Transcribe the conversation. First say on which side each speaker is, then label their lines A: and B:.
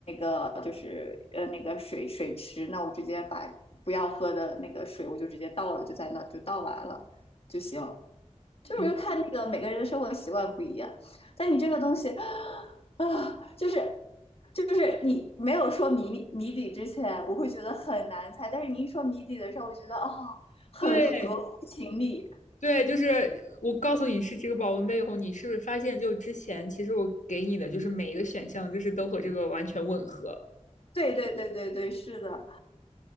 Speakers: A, on the left; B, on the left.
A: 呃就是呃那个水水池，那我直接把不要喝的那个水我就直接倒了，就在那就倒完了就行。
B: 嗯
A: 就是就看那个每个人的生活习惯不一样，但你这个东西啊，就是就是你没有说谜谜底之前，我会觉得很难猜，但是你一说谜底的时候，我觉得啊、哦很合乎情理。
B: 对，对，就是我告诉你是这个保温杯以后，你是不是发现就之前其实我给你的就是每一个选项就是都和这个完全吻合？
A: 对对对对对，是的。